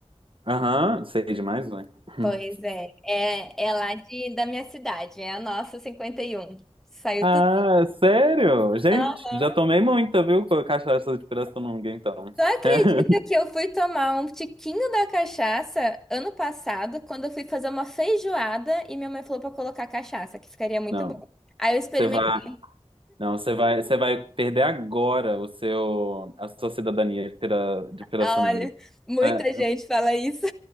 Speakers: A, on the right; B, in the centre.
A: Aham, sei demais, né? Hum.
B: Pois é, é, é lá de, da minha cidade, é a nossa 51. Saiu
A: Ah,
B: tudo.
A: sério? Gente,
B: Aham.
A: já tomei muita, viu? Com a cachaça de pirassununga, então.
B: Tu acredita
A: <laughs>
B: que eu fui tomar um tiquinho da cachaça ano passado, quando eu fui fazer uma feijoada e minha mãe falou pra eu colocar cachaça, que ficaria muito
A: Não,
B: bom. Aí eu experimentei.
A: você vai, não, você vai, você vai perder agora o seu, a sua cidadania de Pira, de Pirassununga.
B: Olha, muita
A: É,
B: gente fala isso.